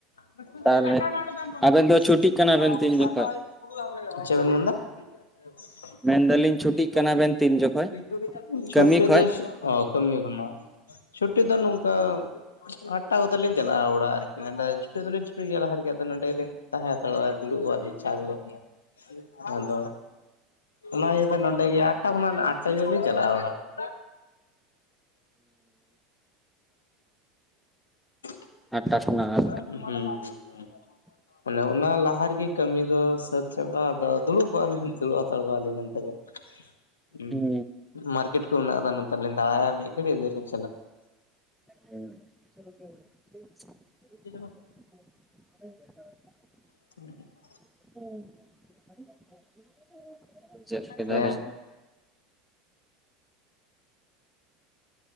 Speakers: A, on the left; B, in the centre.
A: <unintelligible>
B: ᱛᱟᱦᱚᱞᱮ ᱟᱵᱮᱱ ᱫᱚ ᱪᱷᱩᱴᱤᱜ ᱠᱟᱱᱟ ᱵᱮᱱ ᱛᱤᱱ ᱡᱚᱠᱷᱚᱡ
A: ᱪᱮᱫ ᱵᱤᱱ ᱢᱮᱱ ᱮᱫᱟ ᱾ <unintelligible>
B: ᱢᱮᱱᱫᱟᱞᱤᱧ ᱪᱷᱩᱴᱤᱜ ᱠᱟᱱᱟ ᱵᱮᱱ ᱛᱤᱱ ᱡᱚᱠᱷᱚᱡ
A: ᱪᱷᱳᱴ
B: ᱠᱟᱹᱢᱤ
A: ᱮᱫᱟᱭ
B: ᱠᱷᱚᱡ
A: ᱥᱮ ᱚ ᱠᱟᱹᱢᱤ ᱠᱟᱱᱟ ᱪᱷᱩᱴᱤ ᱫᱚ ᱱᱚᱝᱠᱟ, ᱟᱴᱴᱟ ᱠᱚᱛᱮ ᱞᱤᱧ ᱪᱟᱞᱟᱜᱼᱟ ᱚᱲᱟᱜ ᱟᱨᱠᱤ ᱱᱚᱰᱮᱼᱼ ᱪᱷᱩᱴᱤ ᱫᱚᱞᱤᱧ ᱪᱷᱩᱴᱤ ᱜᱮᱭᱟ ᱞᱟᱦᱟ ᱨᱮᱜᱮ, ᱟᱫᱚ ᱱᱚᱰᱮ ᱞᱤᱧ ᱛᱟᱦᱮᱸ ᱦᱟᱛᱟᱲᱚᱜᱼᱟ ᱫᱩᱲᱩᱵᱼᱚ ᱟᱞᱤᱧ ᱪᱟ ᱠᱚᱞᱤᱧᱭᱟ ᱾ ᱟᱫᱚ ᱚᱱᱟ ᱤᱭᱟᱹᱛᱮ ᱱᱚᱰᱮ ᱜᱮ ᱟᱴᱴᱟ ᱠᱷᱚᱱᱟᱜ ᱟᱴᱴᱟ ᱛᱮᱫᱚ ᱞᱤᱧ ᱪᱟᱞᱟᱜᱼᱟ ᱚᱲᱟᱜ ᱫᱚ ᱾ <unintelligible>
B: ᱟᱴᱴᱟ ᱠᱷᱚᱱᱟᱜ ᱟᱴᱼᱼ
A: ᱦᱩᱸ ᱦᱩᱸ ᱦᱩᱸ ᱟᱱᱮ ᱚᱱᱟ ᱞᱟᱦᱟ ᱨᱮᱜᱮ ᱠᱟᱹᱢᱤ ᱫᱚ ᱥᱟᱹᱛ ᱪᱟᱵᱟᱜᱼᱟ, ᱟᱫᱚ ᱫᱩᱲᱩᱵ ᱠᱚᱜ ᱠᱚ ᱟᱞᱤᱧ ᱫᱩᱲᱩᱵ ᱦᱟᱛᱟᱲ ᱠᱚᱣᱟᱞᱤᱧ ᱢᱮᱱᱛᱮ ᱜᱮ ᱾
B: ᱦᱩᱸ
A: ᱢᱟᱨᱠᱮᱴ ᱠᱚ ᱢᱮᱱᱟᱜ ᱟᱠᱟᱫᱟ ᱱᱚᱛᱮ ᱞᱤᱧ ᱫᱟᱬᱟᱭᱟ ᱢᱤᱫ ᱜᱷᱟᱹᱲᱤᱡ ᱤᱫᱤᱭᱟᱤᱧ ᱾
B: ᱦᱩᱸ <unintelligible>
A: <unintelligible>
B: <inaudible>
A: <inaudible>
B: <unintelligible> ᱵᱩᱡᱷᱟᱹᱣ ᱠᱮᱫᱟᱞᱤᱧ
A: ᱦᱮᱸ